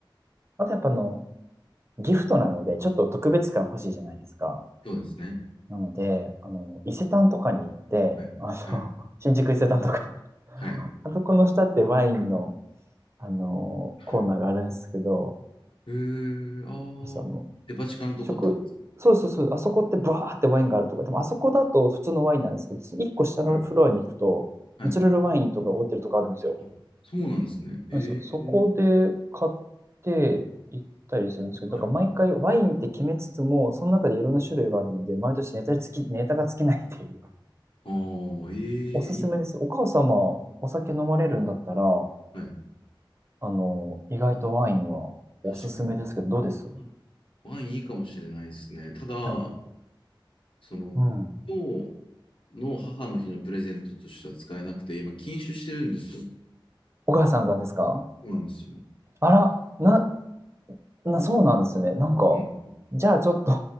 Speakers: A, on the right; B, on the left.
A: あとやっぱあの、ギフトなので、ちょっと特別感欲しいじゃないですか。
B: そうですね。
A: なので、あの、伊勢丹とかに行って、
B: はい。
A: <laughs> あの、
B: はい。
A: 新宿伊勢丹とか、<laughs> あそこの下ってワインの、
B: はい。
A: あの、
B: はい
A: コーナーがあるんですけど、
B: えー、ああ、
A: 私あの、
B: デパ地下のとこってことです
A: 食、そうそうそう、あそこってブワーってワインがあるとか、でもあそこだと普通のワインなんですけど、一個下のフロアに行くと、
B: かはい。
A: ナチュラルワインとか置いてるとこあるんですよ。
B: あそうなんですね。
A: なんですよ。
B: ええ
A: そこで買って行ったりするんですけど、
B: はい。
A: だから毎回ワインって決めつつも、その中でいろんな種類があるので、毎年ネタつき、ネタが尽きないっていう。
B: ああ、ええいい。
A: おすすめですよ。お母様、お酒飲まれるんだったら、
B: はい。
A: あの、意外とワインはおすすめですけど、
B: 確かに。
A: どうです
B: はいワインいいかもしれないですね。ただ、
A: あ、
B: その、
A: うん。
B: 今日の母の日のプレゼントとしては使えなくて、今、禁酒してるんですよ。
A: お母さんがですか
B: そうなんですよ。
A: あら、な、な、そうなんですね。なんか、
B: うん。
A: じゃあちょっと